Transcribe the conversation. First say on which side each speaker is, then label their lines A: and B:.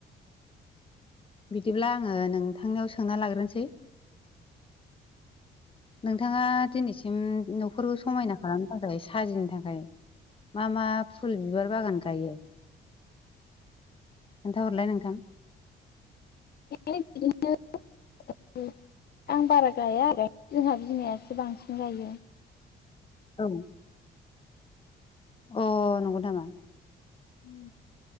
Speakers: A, on the left; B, on the left.
A: बिदिब्ला आङो नोंथांनियाव सोंना लाग्रोनोसै नोंथाङा दिनैसिम न' फोरखौ समायना खालामनो थाखाय साजिनो थाखाय मा मा फुल बिबार बागान गायो? खोन्थाहरलाय नोंथां
B: आंलाय बिदिनो उम आं बारा गाया आरो जोंहा बिमायासो बांसिन गायो।
A: औ अ नंगौ नामा?
B: अ